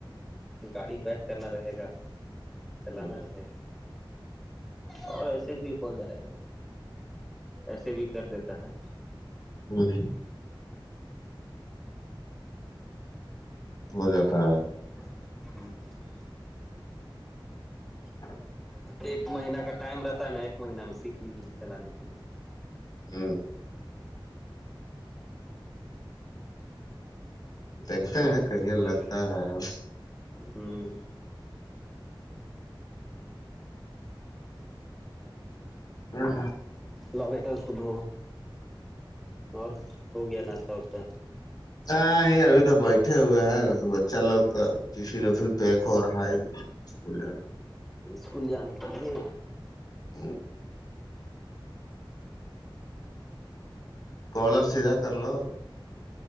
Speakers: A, in the centre; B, on the left.
A: گاڑی بیک کرنا رہے گا
B: ہ
A: چلانا
B: ہ
A: رہے گا اور ایسے بھی ہو جائے گا ایسے بھی کر دیتا ہے
B: ہوں ہو جاتا ہے
A: ہوں
B: ہاں
A: ایک مہین کا ٹائم رہتا ہے نا ایک مہینہ میں سیکھ لیجیے چلانے کے لیے
B: ہاں
A: ایک
B: دیکھتے
A: مہینہ
B: ہیں
A: میں
B: کہیا
A: تو کوئی
B: لگتا
A: بھی لو
B: ہے
A: ہوں
B: ہوں
A: لا بیٹا اس کو د اور ہو گیا ناشتہ واشہ
B: ہاں ہی ابھی تو بیٹھے ہوئے ہیں بچہ لوگ کا فن وفن پیک ہو رہا ہےول
A: اسکول جانے کے لیے
B: ہ <inaudible> کالر سیدھا کر لو